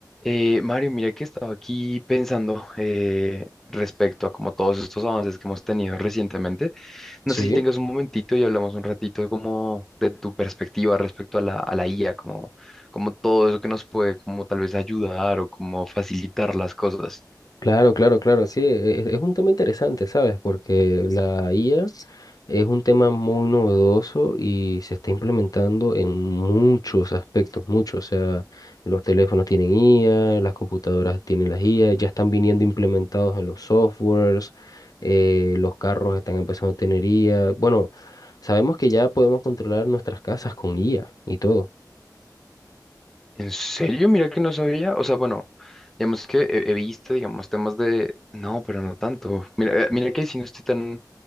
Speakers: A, in the centre; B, on the left (about 60°).
A: Eh, Mario, mira que estaba aquí pensando eh, respecto a como todos estos avances que hemos tenido recientemente.
B: Sí,
A: No sé si tengas un momentito y hablamos un ratito como de tu perspectiva respecto a la, a la IA, como, como todo eso que nos puede como tal vez ayudar o como facilitar las cosas.
B: claro, claro, claro, sí, e- e- es, un tema interesante, ¿sabes? Porque la IA es un tema muy novedoso y se está implementando en muchos aspectos, muchos, o sea, los teléfonos tienen IA, las computadoras tienen las IA, ya están viniendo implementados en los softwares, eh, los carros están empezando a tener IA, bueno, sabemos que ya podemos controlar nuestras casas con IA y todo.
A: ¿En serio? Mira que no sabía. O sea, bueno, digamos que he, he visto, digamos, temas de... No, pero no tanto. Mira, eh, mira que si no estoy tan...